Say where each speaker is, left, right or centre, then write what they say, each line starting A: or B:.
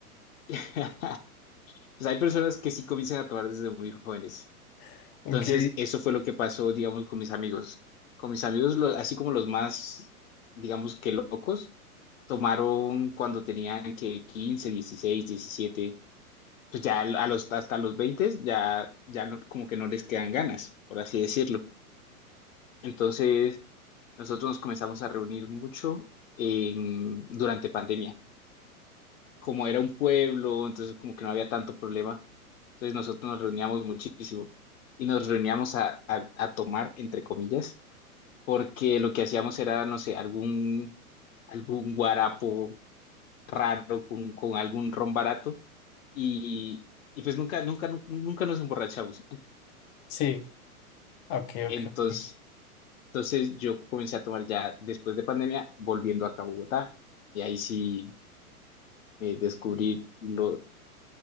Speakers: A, on the left (about 60°); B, on the left (about 20°).
A: <laughs> pues hay personas que sí comienzan a tomar desde muy jóvenes.
B: <laughs> Ok.
A: Entonces, eso fue lo que pasó, digamos, con mis amigos. Con mis amigos, lo- así como los más, digamos que locos, tomaron cuando tenían que 15, 16, 17. Pues ya a los, hasta los 20 ya, ya no- como que no les quedan ganas, por así decirlo. Entonces, nosotros nos comenzamos a reunir mucho en- durante pandemia. como era un pueblo, entonces como que no había tanto problema. Entonces nosotros nos reuníamos muchísimo y nos reuníamos a, a- a tomar, entre comillas, porque lo que hacíamos era, no sé, algún, algún guarapo raro con, con algún ron barato y, y pues nunca, nunca, nunca, nunca nos emborrachamos.
B: Sí. Ok,
A: Entonces,
B: ok. ok.
A: entonces yo comencé a tomar ya después de pandemia, volviendo acá a Bogotá y ahí sí eh, descubrí lo,